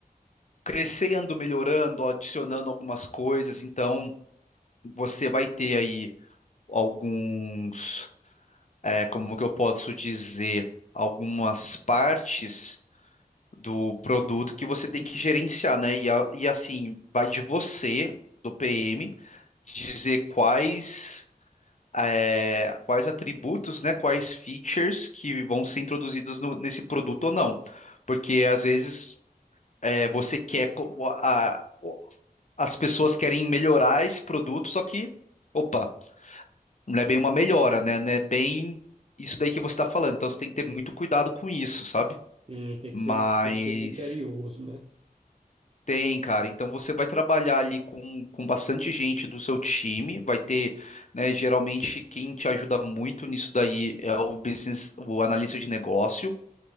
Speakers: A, on the left (about 50°); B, on the right (about 40°).
A: crescendo, melhorando, adicionando algumas coisas. Então, você vai ter aí alguns, é, como que eu posso dizer, algumas partes do produto que você tem que gerenciar, né? E, a- e assim, vai de você, do PM, dizer quais. é, quais atributos, né, quais features que vão ser introduzidos no- nesse produto ou não. Porque às vezes é, você quer, co- a- o- as pessoas querem melhorar esse produto, só que, opa, não é bem uma melhora, né? Não é bem isso daí que você está falando. Então você tem que ter muito cuidado com isso, sabe?
B: Sim, tem
A: Mas
B: que ser, tem que ser criterioso, né?
A: Tem, cara. Então você vai trabalhar ali com, com bastante gente do seu time. Vai ter, né, geralmente quem te ajuda muito nisso daí é o business, o analista de negócio,